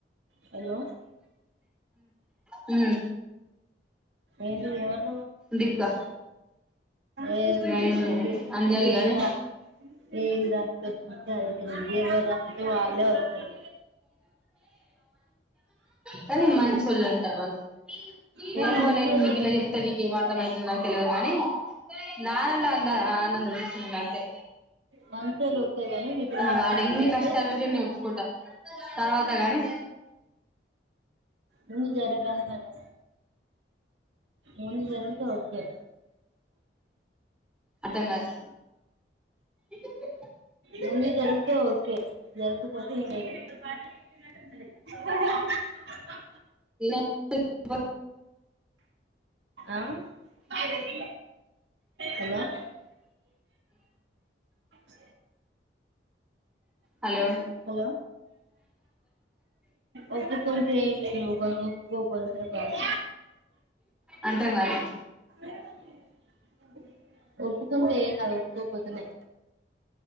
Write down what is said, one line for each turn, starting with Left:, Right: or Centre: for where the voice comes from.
Right: హలో
Centre: ఊ
Right: ఏంటిది ఏమను
Centre: దీపిక
Right: ఏది
Centre: నేను
Right: రాదు నీకి
Centre: అంజలి
Right: నీకు ఏది
Centre: గాని
Right: రాదు ఏది రాదు పెద్ద పంచాయి ఎవరి దానికి వాళ్ళే వత్తరు
Centre: కానీ మంచోళ్ళు అంటా వాళ్ళు
Right: కానీ
Centre: ఏమోలేను
Right: మంచోళ్ళే
Centre: నీకు ఇలా చెప్తేను నీకేం అర్థం అవుతుంది నాకు తెలియదు కా గాని నాన్న ల అందా ఆనందం చూసిన అంతే
Right: మంచోళ్ళు ఒత్తయ్ గాని నీకు రాస్తే
Centre: వాడు ఎన్ని కష్టాలు పెట్ట నేనుకుంట తర్వాత గాని
Right: ముందు జరగాలి కదా ముందు జరుగుతే ఓకే
Centre: అర్థం కావట్లే <inaudible>
Right: ముందుకెళ్తే ఓకే ఓకే జరగకపోతే ఏం చేయలేం హి హి హి హి
Centre: <inaudible>
Right: ఆ ఏదీ హలో <inaudible> స
Centre: హలో
Right: హలో ఒప్పు కుంటే ఎం లేదు ఒప్పుకోకాపోతే బాధ
Centre: అర్థం కాలే
Right: <inaudible> ఒప్పుకుంటే ఏం కాదు పోక పోతనే